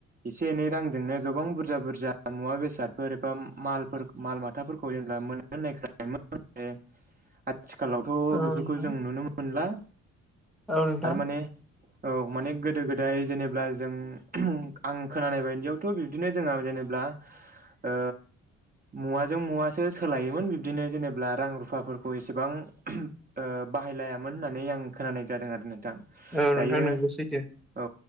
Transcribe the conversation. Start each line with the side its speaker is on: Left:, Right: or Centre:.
Right: एसे एनै रांजोंनो गोबां बुरजा बुरजा मुवा बेसादफोर एबा मालफोर माल माथाफोरखौ जेनब्ला मोनगोननायखाय <unintelligible> आथिखालावथ'
Centre: औ
Right: बेफोरखौ
Centre: नोंथां
Right: जों नुनो मोनला
Centre: औ नोंथां
Right: आरो माने औ माने गोदो गोदाय जेनेब्ला जों आं खोनानाय बायदियावथ' बिब्दिनो जोंहा जेनेब्ला ओ मुवाजों मुवासो सोलायोमोन बिबदिनो जेनेब्ला रां रुफाफोरखौ एसेबां ओ बाहाय मिलायामोन होननानै आं खोनानाय जादों आरो नोंथां
Centre: औ
Right: दायो
Centre: नोंथां नोंगौ सैथो
Right: औ